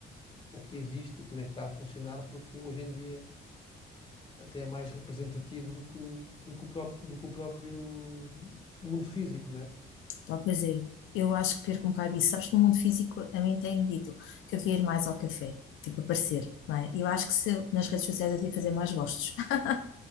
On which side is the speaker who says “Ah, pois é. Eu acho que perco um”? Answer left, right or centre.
Left